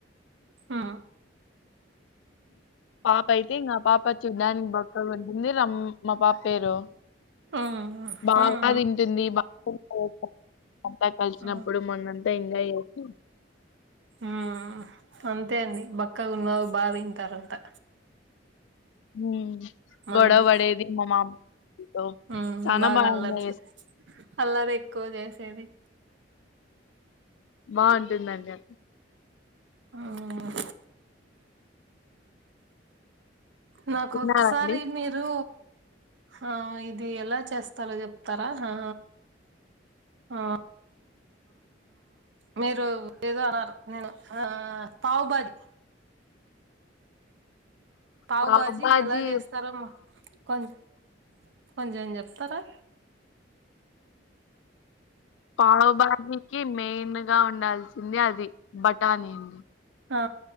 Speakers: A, on the right (about 70°); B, on the left (about 80°).
A: ఆ
B: పాప అయితే ఇంకా పాప చూడ్డానికి బక్కగా ఉంటుంది మా పాప పేరు
A: ఉమ్
B: బాగా
A: ఉమ్
B: తింటుంది <inaudible> అంతా కలిసినప్పుడు
A: ఉమ్
B: మొన్నంతా ఎంజాయ్ చేసి
A: హ్మ్ అంతే అండి బక్కగా ఉన్న వాళ్లు బా తింటారంటా
B: ఉమ్,
A: మనమే
B: గొడవ పడేది మా మామతో
A: హ్మ్
B: చానా
A: బాగా అల్లరి
B: ఎంజాయ్
A: చేవచ్చు
B: చేస్
A: అల్లరి ఎక్కువ చేసేది
B: బావుంటుందండది
A: హ్మ్ నాకు
B: తిన్నారండి
A: ఒక్కసారి మీరు ఆ ఇది ఎలా చేస్తారో చెప్తారా ఆ ఆ మీరు ఏదో అన్నారు నేను పావు బాజి పావు
B: పావుబాజీ
A: బాజీ ఎలా చేస్తారో మా కొంచం కొంచెం చెప్తారా
B: పావు బాజీకి మెయిన్ గా ఉండాల్సింది అది బటానీ అండి
A: ఆ